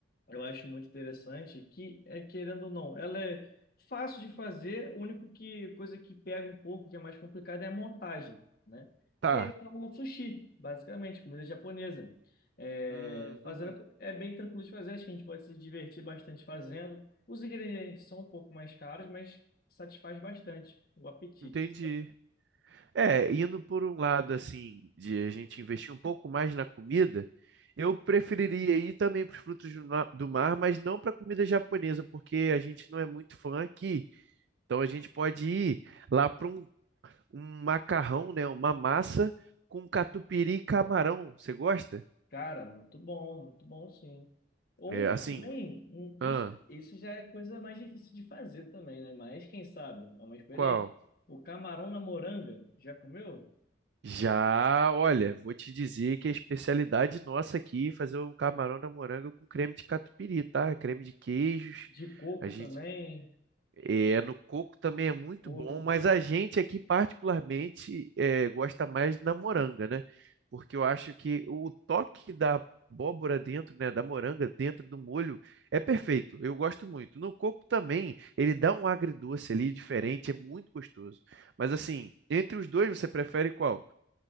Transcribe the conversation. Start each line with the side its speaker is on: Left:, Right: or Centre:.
Left: Eu acho muito interessante que, é, querendo ou não, ela é fácil de fazer, o único que coisa que pega um pouco, que é mais complicada, é a montagem, né?
Right: Tá.
Left: Que é um sushi, basicamente, comida japonesa. É,
Right: Hum,
Left: fazendo,
Right: uhum.
Left: é bem tranquilo de fazer, acho que a gente pode se divertir bastante fazendo. Os ingredientes são um pouco mais caros, mas satisfaz bastante o apetite.
Right: Entendi. É, indo por um lado assim, de a gente investir um pouco mais na comida, eu preferiria ir também para os frutos do na- do mar, mas não para comida japonesa, porque a gente não é muito fã aqui. Então a gente pode ir lá para um, um macarrão, né, uma massa com catupiry e camarão. Você gosta?
Left: Cara, muito bom, muito bom sim. Ou
Right: É, assim,
Left: também, hum, isso,
Right: ah,
Left: isso já é coisa mais difícil de fazer também, né? Mas quem sabe, é uma experiência.
Right: qual?
Left: O camarão na moranga, já comeu?
Right: Já, olha, vou te dizer que a especialidade nossa aqui é fazer um camarão na moranga com creme de catupiry, tá? Creme de queijos.
Left: De coco
Right: A gente
Left: também,
Right: É, no coco também é muito
Left: coco.
Right: bom, mas a gente aqui particularmente é, gosta mais da moranga, né? Porque eu acho que o toque da abóbora dentro, né, da moranga dentro do molho é perfeito. Eu gosto muito. No coco também, ele dá um agridoce ali diferente, é muito gostoso. Mas assim, entre os dois você prefere qual?